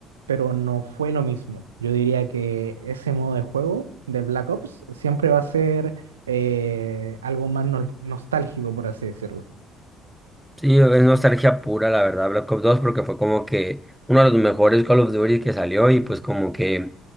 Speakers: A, on the right; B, in the centre.
A: pero no fue lo mismo. Yo diría que ese modo de juego del Black Ops siempre va a ser eh, algo más nol- nostálgico, por así decirlo.
B: Sí, es nostalgia pura, la verdad, Black Ops 2 porque fue como que uno de los mejores Call of Duty que salió y pues como que